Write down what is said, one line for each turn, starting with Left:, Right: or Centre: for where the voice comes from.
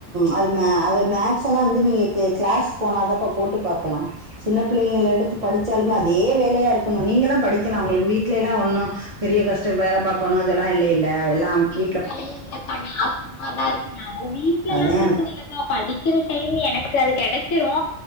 Right: அது மே அது மேக்ஸலா வந்து நீங்க கி கிளாஸ் போனாதாப்பா போட்டு பாக்கலா சின்ன பிள்ளைங்கள எடுத்து படிச்சாலுமே அதே வேலயாருக்கனு நீங்கெலா படிக்கலா உங்ளுக்கு வீட்லேலா ஒன்னு பெரிய கஷ்டோ வேல பாக்கனு அதலா இல்லேல்ல எல்லாம் வீ
Left: எது வேலை இல்லக்கா நா சும்மாதாருக்கே அது வீட்லலா
Right: அதா
Left: பிரச்சன இல்லக்கா படிக்கிற டைம் எனக்கு அது கெடச்சிரு